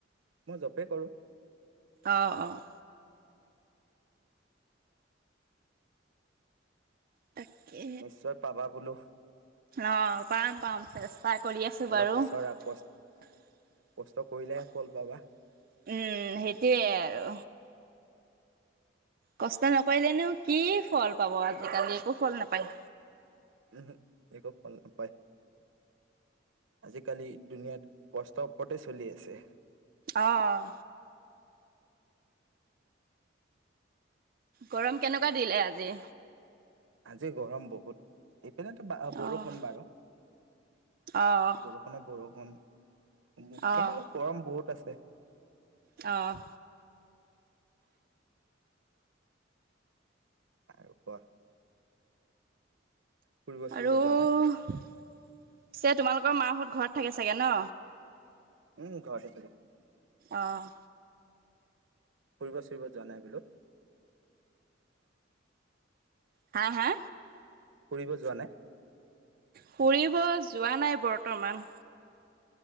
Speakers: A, on the right; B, on the right.
A: মই জপে কৰোঁ।
B: অ', অ'। তাকে
A: নিশ্চয় পাবা বোলো।
B: অঁ পাম পাম চেষ্টা কৰি আছোঁ
A: অলপ
B: বাৰু।
A: বিচৰা
B: উম।
A: কষ্ট কষ্ট কৰিলেহে ফল পাবা
B: সেইটোৱে আৰু। কষ্ট নকৰিলেনো কি ফল পাব, আজিকালি একো ফল নাপায়।
A: উম একো ফল নাপায়। আজিকালি দুনীয়াত কষ্টৰ ওপৰতে চলি আছে।
B: আহ গৰম কেনেকুৱা দিলে আজি?
A: আজি গৰম বহুত। এইপিনেতো বৰষুণ
B: অ',
A: বাৰু
B: অ',
A: বৰষুণে বৰষুণ উ এতিয়া
B: অ'।
A: গৰম বহুত আছে।
B: অ',।
A: আৰু কোৱা। ফুৰিব চুৰিব
B: আৰু
A: যোৱা নাই
B: পিছে তোমালোকৰ মাহত ঘৰত থাকে চাগে ন।
A: উম ঘৰ থাকে।
B: অ'।
A: ফুৰিব ফুৰিব যোৱা নাই বোলো।
B: হা? হা?
A: ফুৰিব যোৱা নাই?
B: ফুৰিব যোৱা নাই বৰ্তমান।